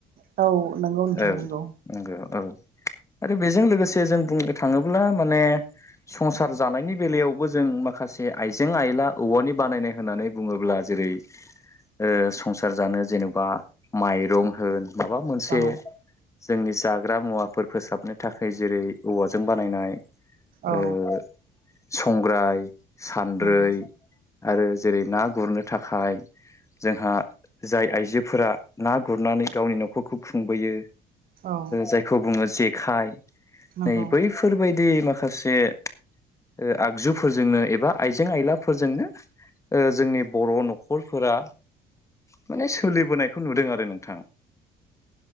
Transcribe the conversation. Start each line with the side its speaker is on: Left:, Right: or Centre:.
Right: औ नंगौ नोंथां
Left: औ
Right: नंगौ
Left: नंगौ औ आरो बेजों लोगोसे जों बुंनो थाङोब्ला माने संसार जानायनि बेलायावबो जों माखासे आइजें आइला औवानि बानायनाय होननानै बुङोब्ला जों जेरै ओ संसार जानो जेनेबा माइरं होन माबा मोनसे
Right: औ
Left: जोंनि जाग्रा मुवाफोर फोसाबनो थाखाय जेरै औवाजों बानायनाय
Right: औ
Left: ओ संग्राय सान्द्रै
Right: नंगौ
Left: आरो जेरै ना गुरनो थाखाय जोंहा जाय आइजोफोरा ना गुरनानै गावनि न'खरखौ खुंबोयो
Right: औ
Left: जायखौ बुङो जेखाइ
Right: नंगौ
Left: नै बैफोरबायदि मा खासे ओ आगजुफोरजोंनो एबा आइजें आयलाफोरजोंनो ओ जोंनि बर' न'खरफोरा माने सोलिबोनायखौ नुदों आरो नोंथां